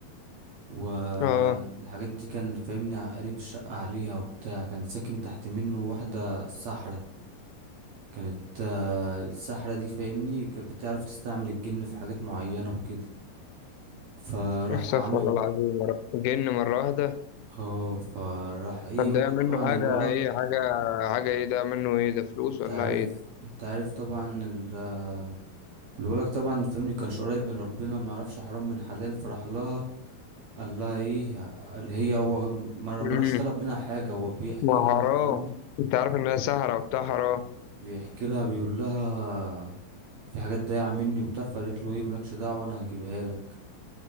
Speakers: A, on the right; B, on the left.
A: والحاجات
B: اه
A: دي كان فاهمني قالب الشقة عليها وبتاع كان ساكن تحت منه واحدة ساحرة كانت آه، الساحرة دي فاهمني كانت بتعرف تستعمل الجن في حاجات معينة وكده فراح
B: احسف
A: عمل
B: والله العظيم جن مره واحده
A: اه فراح ايه
B: كان
A: هو
B: ده منه
A: طبعا
B: حاجة
A: الولد
B: ايه حاجة حاجة ايه ده منه ايه ده فلوس
A: انت
B: ولا
A: عارف
B: ايه ده
A: انت عارف طبعا ال آه، الولد طبعا فاهمني كانش قريب من ربنا ما يعرفش حرام من حلال فراح لها قال لها ايه قال هي هو ما
B: امم
A: ما راحش طلب منها حاجة هو بيحكي
B: ما
A: لها
B: حرام
A: فاهمني
B: انت عارف انها سهرة وبتاع حرام
A: بيحكي لها بيقول لها في حاجات ضايعة مني وبتاع فقالت له ايه مالكش دعوة انا هجيبها لك